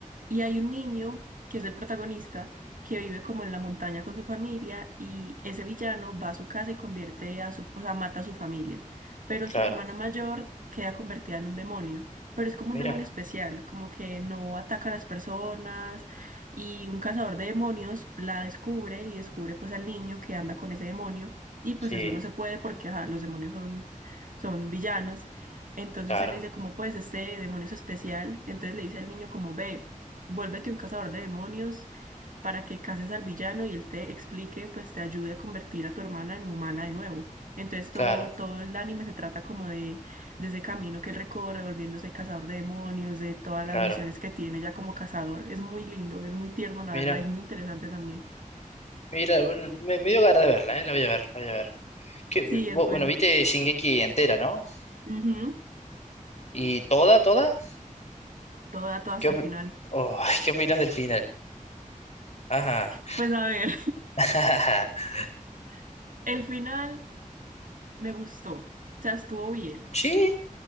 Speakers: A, on the right; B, on the left.
A: Y hay un niño que es el protagonista que vive como en la montaña con su familia y ese villano va a su casa y convierte a su, o sea, mata a su familia. Pero
B: claro.
A: su hermana mayor queda convertida en un demonio, pero es como
B: Mira,
A: un demonio especial, como que no ataca a las personas y un cazador de demonios la descubre y descubre pues al niño que anda con ese demonio y pues
B: sí,
A: eso no se puede porque ajá, los demonios son, son villanos. Entonces
B: claro,
A: él le dice como pues este demonio es especial, entonces le dice al niño como ve. Vuélvete un cazador de demonios para que cases al villano y él te explique, pues te ayude a convertir a tu hermana en humana de nuevo. Entonces todo,
B: claro,
A: todo el anime se trata como de, de ese camino que él recorre, volviéndose cazador de demonios, de todas las
B: claro.
A: misiones que tiene ya como cazador. Es muy lindo, es muy tierno, la
B: Mira,
A: verdad, es muy interesante también.
B: mira, bueno, me, me dio ganas de verla, eh, la voy a ver, la voy a ver. ¿Qué-
A: Sí,
B: vo-
A: es bueno.
B: bueno, viste Shingeki entera, ¿no?
A: Ujú.
B: ¿Y toda, toda?
A: Toda, toda hasta
B: ¿Qué, opi-
A: el final.
B: oh, <laughs> ¿qué opinas del final? Ajá.
A: Pues a ver,
B: <laughs>
A: <laughs> el final me gustó, o sea, estuvo bien,
B: Sí,